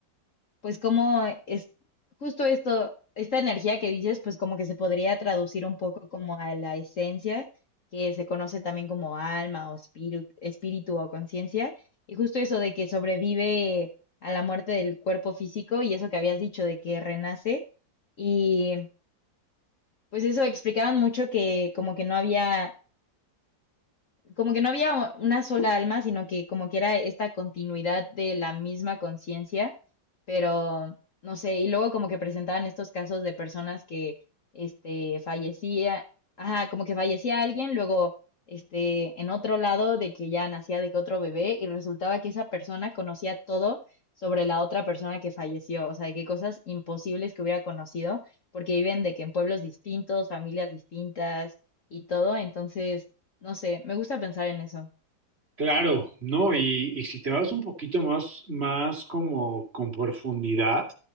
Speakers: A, on the left; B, on the right.
A: pues como es justo esto, esta energía que dices, pues como que se podría traducir un poco como a la esencia, que se conoce también como alma o espíritu, espíritu o conciencia, y justo eso de que sobrevive a la muerte del cuerpo físico y eso que habías dicho de que renace, y pues eso explicaban mucho que como que no había como que no había una sola alma, sino que como que era esta continuidad de la misma conciencia, pero no sé, y luego como que presentaban estos casos de personas que este fallecía, ajá, como que fallecía alguien, luego este en otro lado de que ya nacía de que otro bebé y resultaba que esa persona conocía todo sobre la otra persona que falleció, o sea, de qué cosas imposibles que hubiera conocido, porque viven de que en pueblos distintos, familias distintas y todo, entonces no sé, me gusta pensar en eso.
B: Claro, No, y, y si te vas un poquito más, más como con profundidad